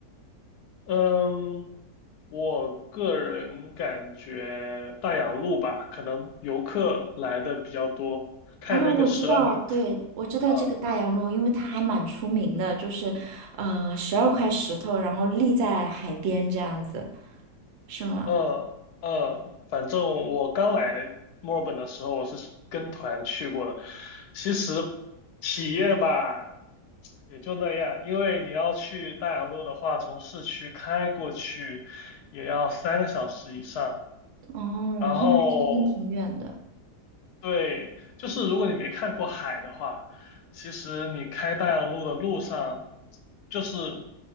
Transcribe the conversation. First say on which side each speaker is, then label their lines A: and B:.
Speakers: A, on the left; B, on the right.
A: 嗯，我个人感觉大洋路吧，可能游客来的比较多，看那个十二门。
B: 啊，我知道 <laughs>，对，我知道这个大洋路，
A: 啊。
B: 因为它还蛮出名的，就是，呃，十二块石头，然后立在海边这样子，是吗？
A: 嗯嗯，反正我刚来墨尔本的时候，我是跟团去过的。其实体验吧，也就那样，因为你要去大洋路的话，从市区开过去也要三个小时以上。
B: 哦，
A: 然后
B: 那还是真挺远的。
A: 对，就是如果你没看过海的话，其实你开大洋路的路上，就是